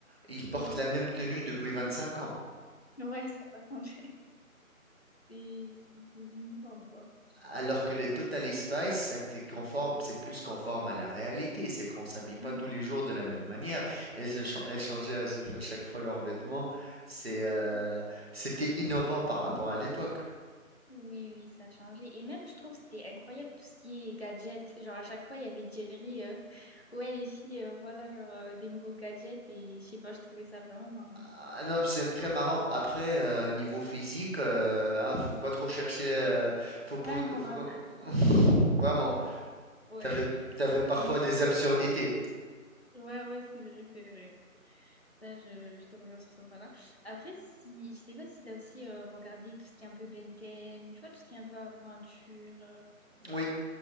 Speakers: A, on the right; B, on the left.
A: il
B: Oui,
A: porte la même tenue depuis 25 ans.
B: ouais, ça n'a pas changé. <laughs> C'est c'est- c'est uniforme, quoi.
A: Alors que les Total Spice, ça, c'est conforme, c'est plus conforme à la réalité, c'est qu'on s'habille pas
B: Mhm.
A: tous les jours de la même manière. Elles, se chan- elles changeaient à chaque à chaque fois leurs vêtements. C'est, euh,
B: Ouais.
A: c'était innovant par rapport à l'époque.
B: Oui, oui, ça a changé. Et même, je trouve, que c'était incroyable tout ce qui est gadgets. Genre, à chaque fois, il y avait Jerry. euh, ouais, les filles, euh, voilà, genre, euh, des nouveaux gadgets. Et je sais pas, je trouvais ça vraiment marrant.
A: Ah non, c'est très marrant. Après, euh, niveau physique, euh, hein, faut pas trop chercher. euh, faut, pas-
B: Ouais, on
A: faut-
B: va.
A: <laughs> Vraiment,
B: Ouais,
A: t'avais, t'avais parfois
B: on y-
A: des absurdités.
B: Ouais, ouais, c'est vrai, c'est vrai. Là, je, je te rejoins sur ce point-là. Après, si, je sais pas si t'as aussi euh, regardé tout ce qui est un peu Ben 10, tu vois, tout ce qui est un peu aventure. euh,
A: Oui.